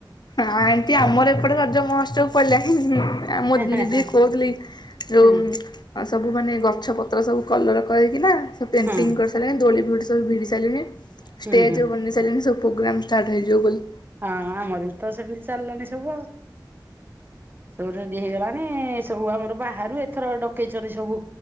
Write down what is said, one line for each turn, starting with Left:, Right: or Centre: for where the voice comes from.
Left: ଆଉ ଆଣ୍ଟି ଆମର ଏପଟେ ରଜ ମହୋତ୍ସବ ପଡ଼ିଲାଣି ହୁଁ ହୁଁ। ଆ ମୁଁ
Right: ହେଁ ହେଁ
Left: ଦିଦିକୁ କହୁଥିଲି ଯୋଉ
Right: ହେଁ
Left: ସବୁ ମାନେ ଗ ଛପତ୍ର ସବୁ କଲର କରିକିନା ସେ ପେଣ୍ଟିଂ
Right: ହୁଁ ହୁଁ
Left: କରିସାଇଲାଣି ଦୋଳି ବି <unintelligible> ଭିଡ଼ି ସାଇଲିଣି।
Right: ହୁଁ
Left: ଷ୍ଟେଜ
Right: ହୁଁ
Left: ବନେଇ ସାଇଲେଣି ସବୁ ପ୍ରୋଗ୍ରାମ ଷ୍ଟାର୍ଟ ହେଇଯିବ ବୋଲି।
Right: ହଁ ଆମର ବି ତ ସେମିତି ଚାଲି ଲାଣି ସବୁ ଆଉ। ସବୁ ରେଡି ହେଇଗଲାଣି ସବୁ ଆମର ବାହାରୁ ଏଥର ଡକେଇଛନ୍ତି ସବୁ